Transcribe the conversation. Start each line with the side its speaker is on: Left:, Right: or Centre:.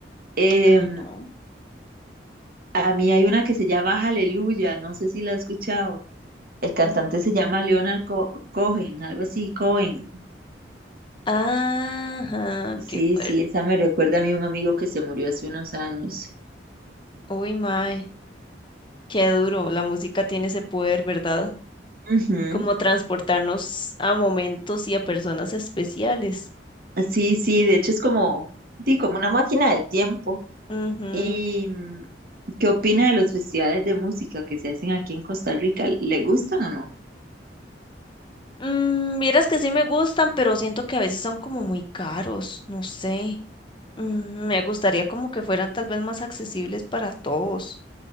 Right: Em,
Left: Ay, no.
Right: a mí hay una que se llama Aleluya, no sé si la has escuchado. El cantante
Left: Mm.
Right: se llama Leonard Co- Cohen, algo así, Cohen.
Left: Ajá,
Right: Sí,
Left: qué fuerte.
Right: sí, esa me recuerda a mí un amigo que se murió hace unos años.
Left: Uy, mae, qué duro. La música tiene ese poder, ¿verdad?
Right: Ujú.
Left: como transportarnos a momentos y a personas especiales.
Right: Sí, sí, de hecho es como, sí, como una máquina del tiempo.
Left: Ujú.
Right: ¿Y mm, qué opina de los festivales de música que se hacen aquí en Costa Rica? ¿Le gustan o no?
Left: Mm, vieras que sí me gustan, pero siento que a veces son como muy caros, no sé. Mm, me gustaría como que fueran tal vez más accesibles para todos.